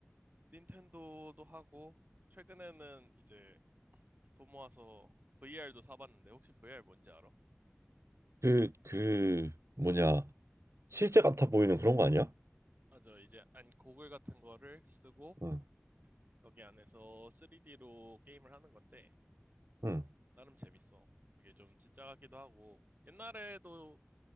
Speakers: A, on the right; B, on the right.
A: 닌텐도도 하고, 최근에는 이제 돈 모아서 VR도 사봤는데, 혹시 VR 뭔지 알아?
B: 그, 그 뭐냐 실제 같아 보이는 그런 거 아니야?
A: 맞아, 이제 안 고글 같은 거를 쓰고,
B: 응,
A: 거기 안에서 3D로 게임을 하는 건데,
B: 응,
A: 나름 재밌어. 그게 좀 진짜 같기도 하고, 옛날에도